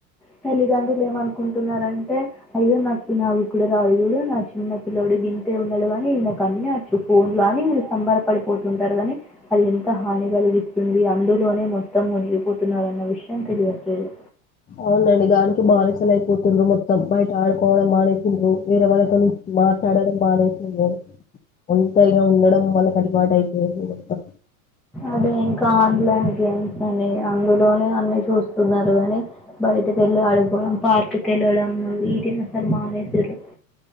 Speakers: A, in the centre; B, on the left (about 20°).
A: తల్లిదండ్రులు ఏమనుకుంటున్నారంటే అయ్యో నాకు <unintelligible> నా చిన్న పిల్లడు గింతే ఉన్నడు కాని ఈయనకు అన్ని వచ్చు ఫోన్లో అని వీళ్ళు సంబరపడిపోతుంటరు కాని అది ఎంత హానిగలిగిస్ స్తుంది అందులోనే మొత్తం మునిగిపోతున్నరన్న విషయం తెలియట్లేదు
B: అవునండి దానికి బానిసలు అయిపోతుండ్రు మొత్తం బయట ఆడుకోవడం మానేస్తుండ్రు వేరే వాళ్ళతో మాట్లాడడం మానేసిండ్రు ఒంటరిగా ఉండడం వాళ్ళకు అలవాటు అయిపోతుంది మొత్తం
A: అదే ఇంకా ఆన్లైన్ గేమ్స్ అని అందులోనే అన్ని చూస్తున్నారు కానీ బయటక వెళ్ళి ఆడుకోవడం పార్కు కెళ్ళడం వీటిని అసలు మానేసిన్రు